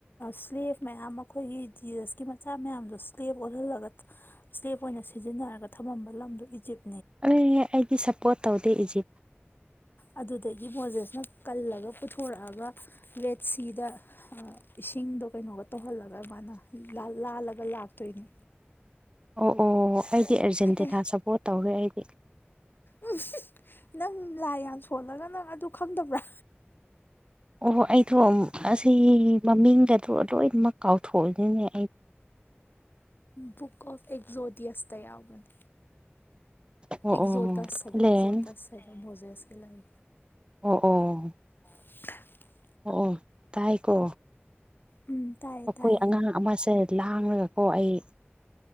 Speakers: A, on the left (about 55°); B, on the right (about 25°).
A: ꯁ꯭ꯂꯦꯞ ꯃꯌꯥꯝ ꯑꯩꯈꯣꯏꯒꯤ ꯖꯤꯖꯁꯀꯤ ꯃꯆꯥ ꯃꯌꯥꯝꯗꯣ ꯁ꯭ꯂꯦꯞ ꯑꯣꯜꯍꯜꯂꯒ ꯁꯂꯦꯞ ꯑꯣꯏꯅ ꯁꯤꯖꯤꯟꯅꯔꯒ ꯊꯝꯃꯝꯕ ꯂꯝꯗꯣ ꯏꯖꯤꯞ
B: ꯑꯦ ꯑꯩꯗꯤ ꯁꯞꯄꯣꯔꯠ ꯇꯧꯗꯦ ꯏꯖꯤꯞ
A: ꯑꯗꯨꯗꯒꯤ ꯃꯣꯖꯦꯁꯅ ꯀꯜꯂꯒ ꯄꯨꯊꯣꯔꯛꯑꯒ ꯔꯦꯠ ꯁꯤꯗ ꯏꯁꯤꯡꯗꯣ ꯀꯩꯅꯣꯒ ꯇꯧꯍꯜꯂꯒ ꯃꯥꯅ ꯂꯥꯜꯂꯒ ꯂꯥꯛꯇꯣꯏꯅꯦ
B: ꯑꯣ ꯑꯣ ꯑꯩꯗꯤ ꯑꯔꯖꯦꯟꯇꯤꯅꯥ
A: ꯑꯦ
B: ꯁꯞꯄꯣꯔꯠ ꯇꯧꯔꯦ ꯑꯩꯗꯤ
A: ꯎꯝ ꯍꯤꯍꯤ ꯅꯪ ꯂꯥꯏ ꯌꯥꯝ ꯁꯣꯜꯂꯒ ꯅꯪ ꯑꯗꯨ ꯈꯪꯗꯕ꯭ꯔꯥ
B: ꯑꯣꯍ ꯑꯩꯗꯣ ꯑꯁꯤ ꯃꯃꯤꯡꯗ ꯂꯣꯏꯅꯃꯛ ꯀꯥꯎꯊꯣꯛ ꯏꯅꯤꯅꯦ
A: ꯕꯨꯛ ꯑꯣꯐ ꯑꯦꯛꯖꯣꯗꯤꯑꯁꯇ ꯌꯥꯎꯕꯅꯦ
B: ꯑꯣ
A: ꯑꯦꯖꯣꯠ
B: ꯑꯣ
A: ꯗꯁ ꯍꯥꯏꯕ
B: ꯂꯦꯟ
A: ꯑꯦꯖꯣꯠ ꯗꯁ ꯍꯥꯏꯕ ꯃꯣꯖꯁ ꯂꯩ
B: ꯑꯣ ꯑꯣ
A: <unintelligible>
B: ꯑꯣ ꯇꯥꯏꯀꯣ
A: ꯎꯝ ꯇꯥꯏꯌꯦ
B: ꯑꯩꯈꯣꯏ
A: ꯇꯥꯏꯌꯦ
B: ꯑꯉꯥꯡ ꯑꯃꯁꯦ ꯂꯥꯡꯂꯒꯀꯣ ꯑꯩ